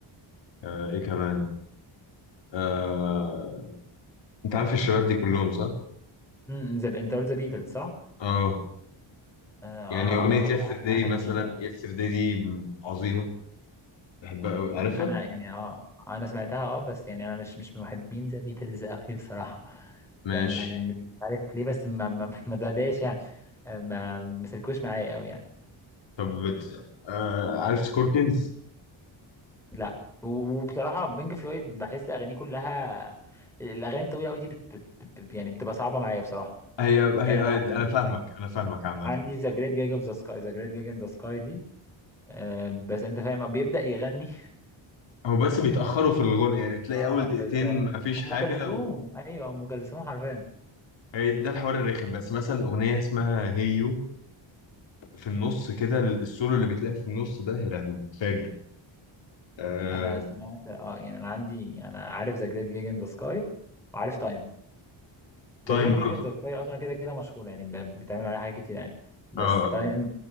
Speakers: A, on the left (about 65°); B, in the centre.
A: آه ايه كمان آه انت عارف الشباب دي كلهم صح
B: امم زب... انت قلت ذا بيتلز صح
A: اه
B: اه آه،
A: يعني اغنيه
B: هما دول
A: يسترداي
B: هادين
A: مثلا
B: آه.
A: يسترداي دي عظيمه بحبها قوي
B: أمم،
A: عارفها
B: انا يعني اه انا سمعتها اه بس يعني انا مش مش من محبين ذا بيتلز قوي بصراحه
A: ماشي
B: يعني مش عارف ليه بس ما ما ما زهداش يعني آه، ما مسلكوش معايا قوي يعني
A: طب بت... آه عارف سكوربينز
B: لا وبصراحة بينك فلويد بحس أغانيه كلها الأغاني الطويلة أوي دي بت... بت... بت... يعني بتبقى صعبة معايا بصراحة
A: هي هي
B: يعني أنا
A: آه، انا
B: عندي
A: فاهمك انا فاهمك عامه
B: عندي ذا جريت جيج اوف ذا سكاي ذا جريت جيج ان ذا سكاي دي آه بس أنت فاهم بيبدأ يغني
A: هو بس بيتاخروا في الغنى
B: <laughs>
A: يعني بتلاقي
B: اه
A: اول دقيقتين
B: بالظبط
A: مفيش حاجه
B: أم كلثوم
A: و...
B: أيوه أم كلثوم حرفيا
A: هي ده الحوار الرخم بس مثلا اغنيه اسمها هيو في النص كده السولو اللي بتلاقي في النص ده يا لهوي فاجر آه...
B: أنا سمعت اه يعني أنا عندي أنا عارف ذا جريت جيج ان ذا سكاي وعارف تايم
A: تايم
B: ذا جريت
A: برضه
B: جيج ان ذا سكاي أصلا كده كده مشهور يعني ب- بيتعمل عليها حاجات كتير يعني بس
A: اه آه.
B: تايم